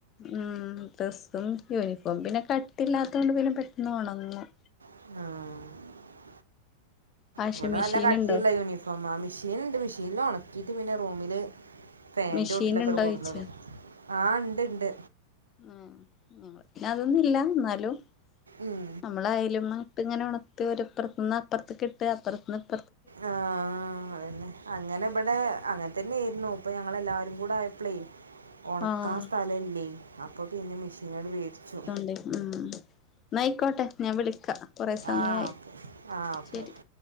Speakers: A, on the left; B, on the right.
A: ഉം ഡ്രസ്സും യൂനിഫോം പിന്നെ കട്ടില്ലാത്തോണ്ട് പിന്നെ പെട്ടെന്ന് ഒണങ്ങും
B: ആഹ്
A: വാഷിംഗ്
B: ഇവടെ
A: മെഷീൻ
B: നല്ല കട്ടിള്ള
A: ഇണ്ടോ
B: യൂനിഫോമാ മിഷീന്ണ്ട് മിഷീൻല ഒണക്കീട്ട് പിന്നെ റൂമില് ഫാന്റോട്ടിലൊക്കെട്
A: മെഷീൻ ഇണ്ടോ
B: കൊട്ന്ന്ടും
A: ചോയിച്ചാ
B: ആഹ് ണ്ട് ണ്ട്
A: ആ <unintelligible> ന്നുല്ല ന്നാലും
B: ഉം.
A: നമ്മള് ആയാലുംമപ്പ് ഇങ്ങനെ ഒണത്ത് ഇപ്പറത്ത് നിന്ന് അപ്പർത്തക്കിട്ട് അപ്പറത്ത് നിന്ന് ഇ
B: ആഹ് അതന്നെ അങ്ങനെ ഇബടെ അങ്ങ തൻന്നേര്ന്നു ഇപ്പ ഞങ്ങളെല്ലാരും കൂടായപ്ളേ ഒണക്കാ
A: ആഹ്
B: സ്ഥലലല്ലേ അപ്പപിന്നെ മിഷീനട് വേട്ച്ചു.
A: ലെ ഉം എന്നയിക്കോട്ടെ ഞാൻ വിളിക്ക കൊറെ സമയായി
B: ആ ഓക്കെ ആ ഓക്കെ
A: ശരി
B: ഓക്കെ